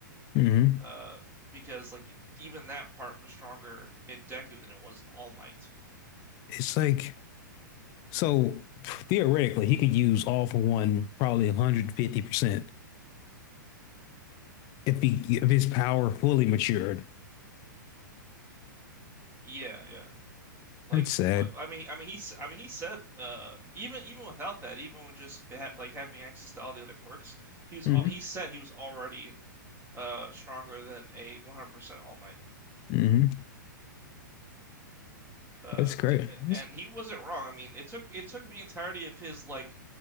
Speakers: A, on the left; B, on the right.
A: Mm-hmm.
B: Uh, because like even that part was stronger in Deku than it was in All Might.
A: It's like, so theoretically, he could use all for one probably 150% if, he, if his power fully matured.
B: Yeah, yeah. Like,
A: That's sad.
B: like, I mean, I mean, he's, I mean, he said, uh, even even without that, even with just ha like having access to all the other quirks, he was
A: Mm-hmm.
B: all he said he was already uh stronger than a 100% All Might.
A: Mm-hmm.
B: Uh,
A: That's great.
B: d
A: That's-
B: and he wasn't wrong. I mean, it took it took the entirety of his like